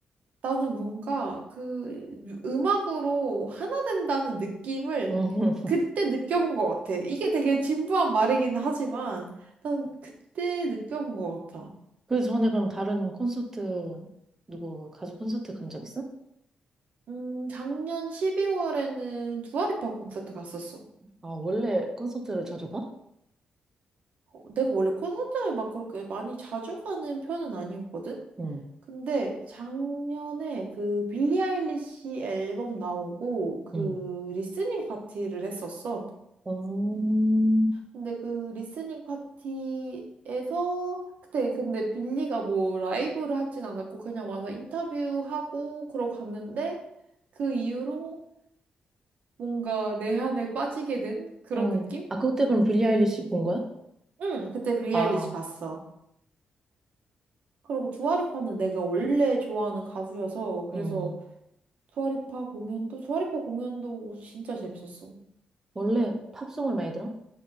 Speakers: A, on the right (about 60°); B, on the right (about 15°).
A: 나는 뭔가 그 음악으로 하나 된다는 느낌을
B: 음. <laughs>
A: 그때 느껴본 것 같아. 이게 되게 진부한 말이기는 하지만 난 그때 느껴본 것 같아.
B: 그 전에 그럼 다른 콘서트, 누구 가수 콘서트 간 적 있어?
A: 음, 작년 12월에는 두아리파 콘서트 갔었어.
B: 아, 원래 콘서트를 자주 가?
A: 어, 내가 원래 콘서트를 막 그렇게 많이 자주 가는 편은 아니었거든?
B: 응,
A: 근데 작년에 그 빌리 아일리시 앨범 나오고 그
B: 응.
A: 리스닝 파티를 했었어.
B: 음,
A: 근데 그 리스닝 파티에서 그때 근데 빌리가 뭐 라이브를 하진 않았고 그냥 와서 인터뷰하고 그러고 갔는데 그 이후로 뭔가 내한에 빠지게 된 그런
B: 어.
A: 느낌?
B: 아, 그때 그럼 빌리 아일리시 본 거야?
A: 응, 그때 빌리
B: 아,
A: 아일리시 봤어. 그리고 두아리파는 내가 원래 좋아하는 가수여서 그래서
B: 응.
A: 두아리파 공연도 두아리파 공연도 진짜 재밌었어.
B: 원래 팝송을 많이 들어?